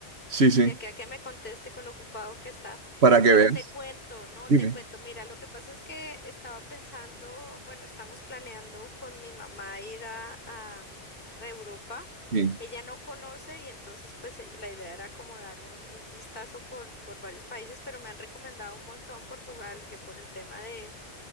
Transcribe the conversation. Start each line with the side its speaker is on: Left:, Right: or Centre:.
Right: Sí, sí,
Left: de aquí a que me conteste con lo ocupado que está.
Right: para que
Left: Bueno,
Right: veas.
Left: te cuento, no,
Right: Dime.
Left: te cuento. Mira, lo que pasa es que estaba pensando, bueno, estamos planeando con mi mamá ir a, a Europa.
Right: Sí,
Left: Ella no conoce y entonces pues eh, la idea era como dar un, un vistazo por, por varios países, pero me han recomendado un montón Portugal, que por el tema de